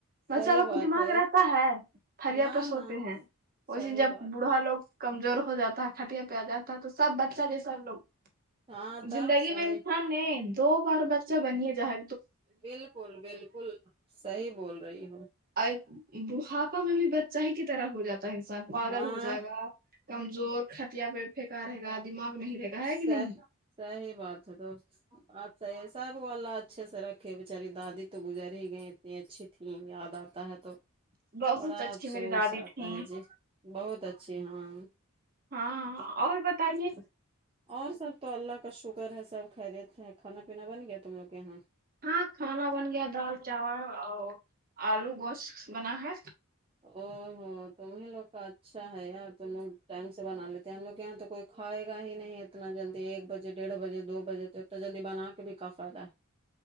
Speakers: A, on the right (about 40°); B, on the right (about 25°).
A: بچہ
B: صحیح
A: لوگ
B: بات
A: کو دماغ
B: ہے ایک
A: رہتا ہے پرییا
B: نہ
A: تو سوتے
B: نہ
A: ہیں ویسے
B: صحیح
A: جب
B: بات
A: بوڑھا لوگ کمزور ہو جاتا ہے کھٹیا پہ آ جاتا ہے تو سب بچہ جیسا وہ لوگ
B: ہے ہاں تھا
A: زندگی
B: صحیح
A: میں انسان ہے دو بار بچہ بنیے جہا
B: بالکل بالکل صحیح بول رہی ہو
A: اور بوڑھاپا میں بھی بچہ ہی کی طرح ہو جاتا ہے انسان پاگل
B: ہاں
A: ہو جائے گا کمزور کھٹیا پہ پہکا رہے گا دماغ نہیں رہے گا ہے کہ
B: صحیح
A: نہیں
B: صحیح بات ہے دوست اچھا یہ سب وہ اللہ اچھے سے رکھے بچاری دادی تو گزر ہی گئی اتنی اچھی تھیں یاد آتا ہے تو
A: بہت
B: بڑا
A: اچھی
B: افسوس
A: میری دادی
B: آتا
A: تھی
B: ہے جی بہت اچھی ہاں
A: ہاں اور بتائیے
B: اور سب تو اللہ کا شگر ہے سب خیریت سے ہے کھانا پینا بن گیا تم لوگ کے یہاں
A: ہاں کھانا بن گیا دال چاول اور آلو گوشت بنا ہے
B: او ہو تمہیں لوگ کا اچھا ہے یار تم لوگ ٹائم سے بنا لیتے ہم لوگ یہاں تو کوئی کھائے گا ہی نہیں اتنا جلدی ایک بجے ڈیڑھ بجے دو بجے تو اتنا جلدی بنا کے بھی کا فائدہ